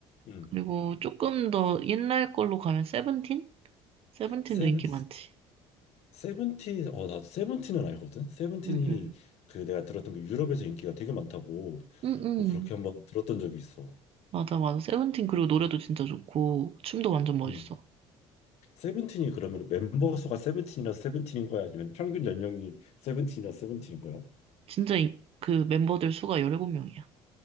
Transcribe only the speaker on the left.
음.
세븐,
세븐틴, 어, 나 세븐틴은 알거든? 세븐틴이
그 내가 들었던 게 유럽에서 인기가 되게 많다고
뭐 그렇게 한번 들었던 적이 있어.
음. 세븐틴이 그러면 멤버 수가 세븐틴이나 세븐틴인 거야? 아니면 평균 연령이 세븐틴이나 세븐틴인 거야?